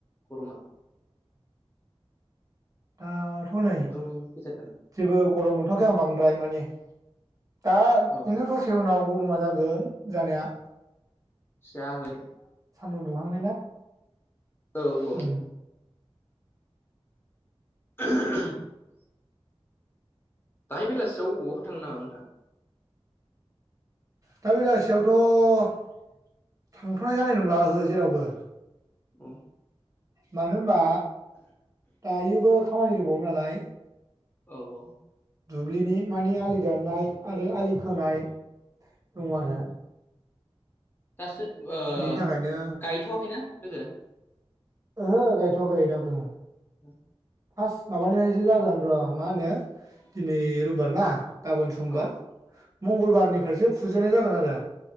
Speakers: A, on the left; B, on the right.
A: गरमा
B: दा थ' नै
A: गुदुं फैथारदों
B: जेबो गरम मोनथ'वाखै आं बांद्राय माने दा
A: अ
B: खिन्थु दसे उनाव गर'मा जागोन जानाया
A: जागोन।
B: न्दुं दुहांनाय ना।
A: औ औ
B: उम
A: <inaudible> दाहाय बेलासियाव अबावबाफोर थाङो नामा नोंथां?
B: दा बेलासियावथ' थांथ'नाय जानाय नंला ओहो जेरावबो।
A: उम
B: मानो होनबा दायोबो खामानि दंबावो नालाय
A: औ औ
B: दुब्लिनि मानि आलि दाननाय आरो आलि खोनाय
A: औ
B: दङ आरो
A: दासो ओ
B: बिनि थाखायनो
A: गायथ'वाखै ना? <unintelligible>
B: ओहो गायथ'वाखै दाबो
A: <inaudible>
B: फास्त माबानिफ्रायसो जागोन र' मा होनो दिनै रुबिबार ना गाबोन समबार
A: औ
B: मंगलबारनिफ्रायसो फुजेनाय जागोन आरो।